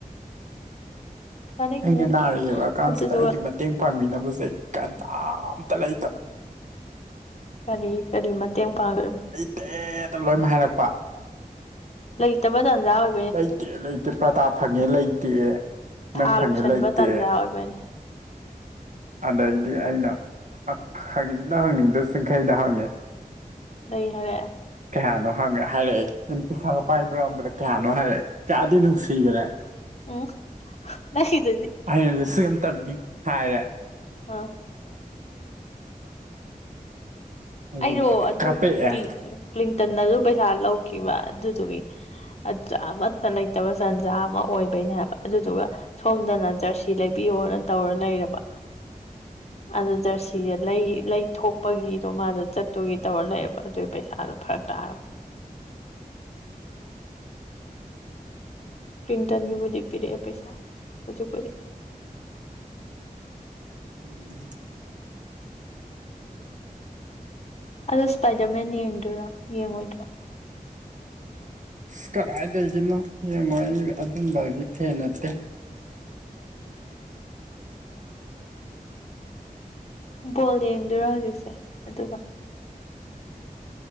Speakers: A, on the left (about 45°); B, on the right (about 55°).
A: ꯆꯥꯅꯤꯡꯗꯦ
B: ꯑꯩꯅ ꯅꯥꯔ ꯌꯦꯛꯂꯛꯑ ꯀꯥꯟꯁꯤꯗ
A: ꯑꯗꯨꯗꯨꯒ
B: ꯑꯩꯒꯤ ꯃꯇꯦꯡ ꯐꯪꯕꯤꯅꯕꯁꯦ ꯀꯅꯥꯝꯇ ꯂꯩꯇꯕ
A: ꯀꯔꯤ ꯀꯔꯤ ꯃꯇꯦꯡ ꯄꯥꯡꯈ꯭ꯕꯅꯣ
B: ꯇꯦꯗ ꯂꯣꯏꯃꯛ ꯍꯥꯏꯔꯛꯄ
A: ꯂꯩ ꯇꯕꯗꯨ ꯑꯖꯥ ꯑꯣꯏ
B: ꯂꯩꯇꯦ ꯂꯩꯇꯦ ꯄ꯭ꯔꯇꯥ ꯐꯪꯉꯦ ꯂꯩꯇꯦ ꯅꯪ
A: ꯊꯥ
B: ꯐꯪꯉꯦ
A: ꯂꯣꯏꯁꯟꯕ
B: ꯂꯩꯇꯦ
A: ꯇꯥꯟꯖꯥ ꯑꯣꯏꯕꯩꯅꯦ
B: ꯑꯗꯩꯗꯤ ꯑꯩꯅ ꯍꯪꯅꯤꯡꯗ ꯍꯪꯅꯤꯡꯗ ꯆꯤꯡꯈꯩꯗ ꯍꯪꯉꯦ
A: ꯂꯩ ꯍꯥꯏꯔꯦ
B: ꯀꯌꯥꯅꯣ ꯍꯪꯉ ꯍꯥꯏꯔꯛꯑꯦ ꯅꯪ ꯄꯩꯁꯥꯒ ꯄꯥꯏꯕꯥꯝꯕꯗ ꯀꯌꯥꯅꯣ ꯍꯥꯏꯔꯛꯑꯦ ꯀꯗ ꯅꯪ ꯁꯒ꯭ꯔꯦ
A: ꯎꯝ ꯅ ꯆꯖꯤ
B: ꯑꯩꯅ ꯂꯤꯁꯤꯡ ꯑꯃꯇꯪꯅꯤ ꯍꯥꯏꯔꯦ
A: ꯑ
B: ꯑꯗꯨꯒ
A: ꯑꯩꯗꯣ ꯑꯗꯨ
B: ꯀꯥꯞꯄꯛꯑꯦ
A: ꯀ꯭ꯂꯤꯟꯇꯟꯅꯁꯨ ꯄꯩꯁꯥ ꯂꯧꯈꯤꯕ ꯑꯗꯨꯗꯨꯒꯤ ꯑꯃꯠꯇ ꯂꯩꯇꯕ ꯇꯥꯟꯖꯥ ꯑꯃ ꯑꯣꯏꯕꯩꯅꯦ ꯍꯥꯏꯕ ꯑꯗꯨꯗꯨꯒ ꯁꯣꯝꯗꯅ ꯖꯔꯁꯤ ꯂꯩꯕꯤꯌꯣꯅ ꯇꯧꯔ ꯂꯩꯔꯕ ꯑꯗ ꯖꯔꯁꯤꯁꯦ ꯂꯩ ꯂꯩ ꯊꯣꯛꯣꯛꯄꯒꯤꯗꯣ ꯃꯥꯗꯣ ꯆꯠꯇꯨꯒꯤ ꯇꯧꯔ ꯂꯩꯌꯦꯕ ꯑꯗꯨꯒꯤ ꯄꯩꯁꯥꯗꯣ ꯐꯔꯛ ꯇ ꯄ꯭ꯔꯤꯡꯇꯟꯒꯤꯕꯨꯗꯤ ꯄꯤꯔꯛꯑꯦ ꯄꯩꯁꯥ ꯍꯧꯖꯤꯛꯄꯗꯤꯛ
B: <unintelligible> <inaudible>
A: ꯑꯗꯣ ꯁꯄꯥꯏꯗꯔꯃꯦꯟ ꯌꯦꯡꯗꯣꯏꯔꯥ ꯌꯦꯡꯉꯣꯏꯗꯔꯣ
B: ꯑꯁ ꯀꯗꯥꯏꯗꯒꯤꯅꯣ ꯌꯦꯡꯉꯣꯏ ꯑꯩ ꯑꯗꯨꯝꯕꯒꯤ ꯐꯦꯟ ꯅꯠꯇꯦ
A: ꯕꯣꯜ ꯌꯦꯡꯗꯣꯏꯔꯣ ꯍꯧꯖꯤꯛꯁꯦ ꯑꯗꯨꯒ